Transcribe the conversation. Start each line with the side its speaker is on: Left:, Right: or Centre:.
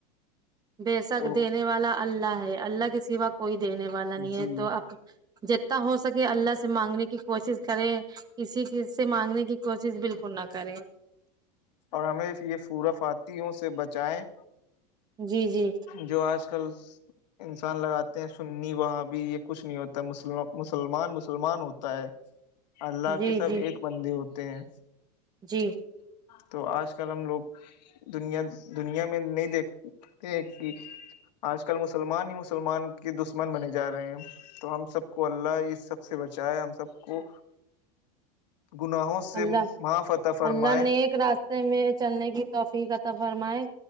Right: بےسک
Left: تو
Right: دینے والا اللہ ہے اللہ کسی وق کوئی دینے والا نہیں
Left: جی
Right: ہے تو جتنا ہو سکے اللہ سے مانگنے کی کوشش کرے کسی چز سے مانگنے کی کوشش بالکل نہ کریں
Left: اور ہمیں یہ پورف آتیوں سے بچائیں
Right: جی جی
Left: جو آج کل انسان لگاتے ہیں سننی وہاں بھی یہ کچھ نہیں ہوتا ہےسلم مسلمان مسلمان ہوتا ہے
Right: <unintelligible>
Left: اللہ
Right: جی
Left: کے سب
Right: جی
Left: ایک بندے ہوتے ہیں
Right: جی
Left: تو آج کل ہم لوگ دنیا دنیا میں نہیں دیکھ کہ آج کل مسلمان ہی مسلمان کے دشمن بنے جا رہے ہیں تو ہم سب کو اللہ اس سب سے بچائے ہم سب کو گناہوں سے
Right: اللہ
Left: مہا فتح فرمائےیں
Right: اللہ نیک راستے میں چلنے کی توحفیقت فرمائے